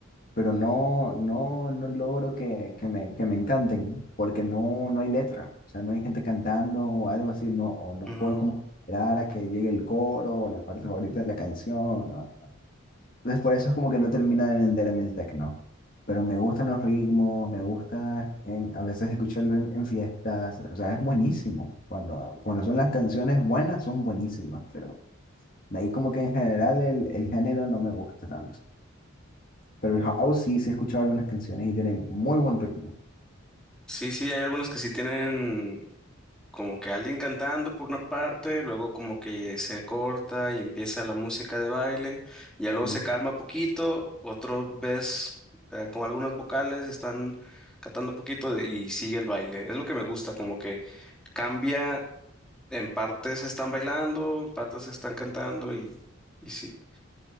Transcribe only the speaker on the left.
pero no, no, no logro que, que me, que me encanten porque no, no hay letra. O sea, no hay gente cantando o algo así, no, o no
puedo como esperar a que llegue el coro o la parte favorita de la canción. no, no. Entonces por eso es como que no termina de venderme el techno. Pero me gustan los ritmos, me gusta en- a veces escucharlo en, en fiestas. O sea, es buenísimo. Cuando, cuando son las canciones buenas, son buenísimas. Pero de ahí como que en general el, el género no me gusta tanto. Pero el house sí, sí he escuchado algunas canciones y tienen muy buen ritmo.
Sí,
sí.